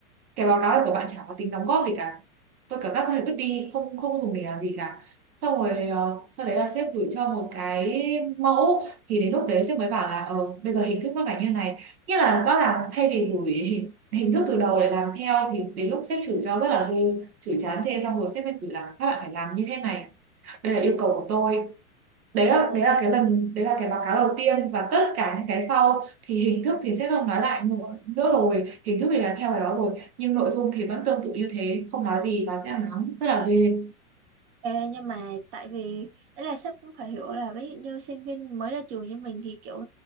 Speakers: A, on the right (about 80°); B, on the right (about 40°).
A: cái báo cáo này của bạn chả có tính đóng góp gì cả tôi cảm giác có thể vứt đi không không dùng để làm gì cả xong rồi ờ, sau đấy là sếp gửi cho một cái mẫu thì đến lúc đấy sếp mới bảo là ờ bây giờ hình thức nó phải như này nghĩa là rõ ràng thay vì gửi <laughs> hình, hình thức từ đầu để làm theo thì đến lúc sếp chửi cho rất là ghê chửi chán chê xong rồi sếp mới gửi là các bạn phải làm như thế này đây là yêu cầu của tôi đấy là
B: Ê,
A: đấy là cái lần đấy là cái báo cáo đầu tiên và tất cả những cái sau thì hình thức thì sẽ không nói lại nữa, rồi hình thức thì là theo cái đó rồi nhưng nội dung thì vẫn tương tự như thế không nói gì và sẽ là nóng rất là ghê
B: Ê, nhưng mà tại vì ấy là sếp cũng phải hiểu là ví dụ như sinh viên mới ra trường như mình thì kiểu